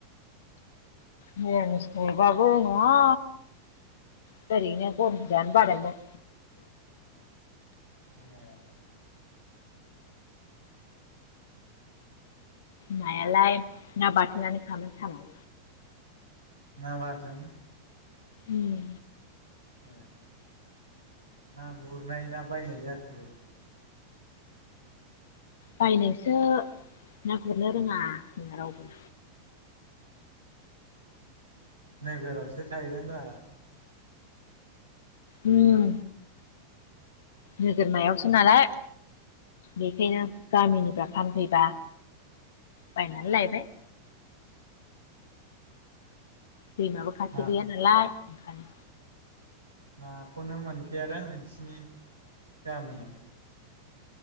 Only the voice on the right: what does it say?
<inaudible>
ना बाथोन
ए ना गुरनाय ना बायनाय जाखो
नोगोरावसो थायोदां गावहा
ना
नाखौनो मोनखायादां नोंसिनि <inaudible> गामियाव।